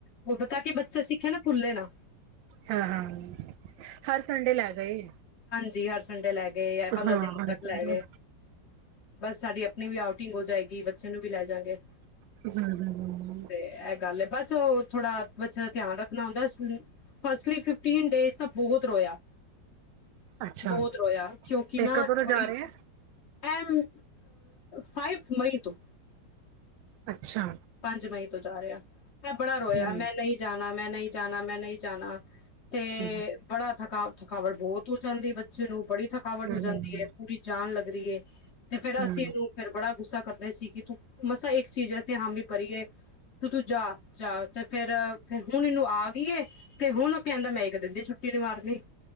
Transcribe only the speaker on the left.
ਵੋ ਪਤਾ ਕੇ ਬੱਚਾ ਸਿੱਖੇ ਨਾ ਨਾ
ਜੀ ਹਰਸੰਡੇ ਲੈਗ ਗਏ ਐ ਪੰਦਰਾਂ
ਦਿਨ
ਤੱਕ
ਲੈ ਗਏ। ਬਸ ਸਾਡੀ ਆਪਣੀ ਵੀ ਆਊਟਿੰਗ ਹੋ ਜਾਏਗੀ ਬੱਚੇ ਨੂੰ ਵੀ ਲੈ ਜਾਗੇ।
ਤੇ ਏਹ ਗੱਲ ਐ ਬਸ ਉਹ ਥੋੜਾ ਬਚੇ ਦਾ ਧਿਆਨ ਰੱਖ ਣਾ ਹੁੰਦੈ ਸਨੁ ਫਸਟਲੀ ਫਿਫਟੀਨ ਡੇਜ਼ ਤਾਂ ਬਹੁਤ ਰੋਯਾ।
ਬੌਤ ਰੋਯਾ ਕਿਉਂਕਿ
ਨਾ
ਥੋੜੀ
ਐਮ ਫਾਈਵ ਮਈ ਤੋਂ।
ਪੰਜ ਮਏ। ਤੋ ਜਾ ਰਿਐ। ਐ ਬੜਾ ਰੋਯਾ
ਮੈਂ ਨਹੀਂ ਜਾਣਾ। ਮੈਂ ਨਹੀਂ ਜਾਣਾ ਮੈਂ ਨਹੀਂ ਜਾਣਾ। ਤੇ
ਬੜਾ ਥਕਾ ਥਕਾਵਟ ਬਹੁਤ ਹੋ ਜਾਂਦੀ ਏ ਬੱਚੇ ਨੂੰ ਬੜੀ ਥਕਾਵਟ
ਹੋ ਜਾਂਦੀ ਏ ਪੂਰੀ ਜਾਨ ਲੱਗ ਦੀਏ। ਤੇ ਫੇਰ
ਅਸੀਂ ਏਹਨੂੰ ਫੇਰ ਬੜਾ ਗੁੱਸਾ ਕਰਦੇ ਸੀ ਕਿ ਤੂੰ ਮਸਾ ਏਕ ਚੀਜ਼ ਅਸੀ ਹਾਮੀ ਪਰੀਏ ਤੁ ਤੂੰ ਜਾ ਜਾ ਤੇ ਫੇਰ ਫੇਰ ਹੁਣ ਇਹਨੂੰ ਆ ਗਈਏ ਤੇ ਹੁਣ ਕਹਿੰਦੈ ਮੈਂ ਇੱਕ ਦਿਨ ਦੀ ਛੁੱਟੀ ਨੀ ਮਾਰਨੀ।